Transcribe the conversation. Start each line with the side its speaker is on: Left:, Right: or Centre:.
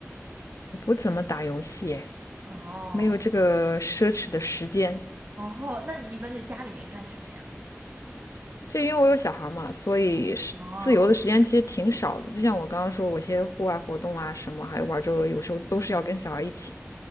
Left: 我不怎么打游戏，哎，
Right: 哦
Left: 没有这个奢侈的时间。
Right: 哦，那你一般在家里面干什么呀？
Left: 就因为我有小孩嘛，所以是自由的时间其实挺少的。
Right: 哦
Left: 就像我刚刚说，我一些户外活动啊什么，还有玩桌游，有时候都是要跟小孩一起。